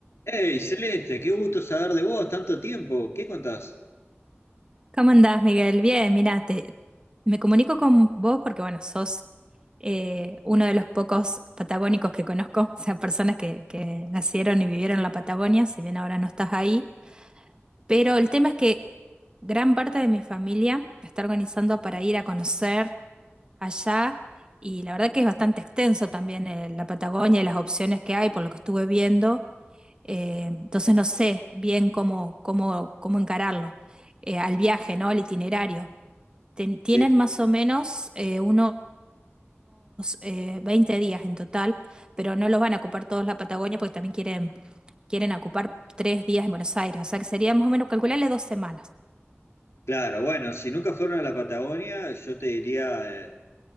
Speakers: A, on the left (about 80°); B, on the right (about 20°).
A: Hey, Celeste, qué gusto saber de vos, tanto tiempo. ¿Qué contás?
B: ¿Cómo andás, Miguel? Bien, mira, te, me comunico con vos porque, bueno, sos eh, uno de los pocos patagónicos que conozco, <laughs> o sea, personas que, que nacieron y vivieron en la Patagonia, si bien ahora no estás ahí, pero el tema es que gran parte de mi familia está organizando para ir a conocer allá y la verdad que es bastante extenso también eh, la Patagonia y las opciones que hay por lo que estuve viendo, eh, entonces no sé bien cómo, cómo, cómo encararlo, eh, al viaje, ¿no? Al itinerario ten- tienen
A: Sí,
B: más o menos eh, unos eh, 20 días en total, pero no los van a ocupar todos la Patagonia porque también quieren, quieren ocupar tres días en Buenos Aires, o sea que sería más o menos calcularle dos semanas.
A: claro, bueno, si nunca fueron a la Patagonia, yo te diría eh,